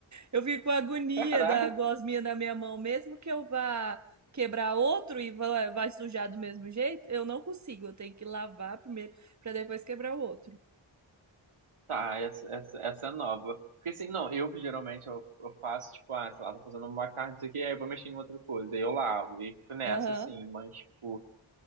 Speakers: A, on the right; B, on the right.
A: Eu fico com agonia
B: Caraca!
A: da gosminha na minha mão, mesmo que eu vá quebrar outro e vá- vai sujar do mesmo jeito, eu não consigo. Eu tenho que lavar primeiro para depois quebrar o outro.
B: Tá, essa, essa, essa é nova. Porque assim, não, eu geralmente eu, eu faço, tipo, ah, sei lá, tô fazendo uma carne, não sei o que, aí eu vou mexer em outra coisa, aí eu lavo, e fico nessa,
A: Aham.
B: assim, mas, tipo,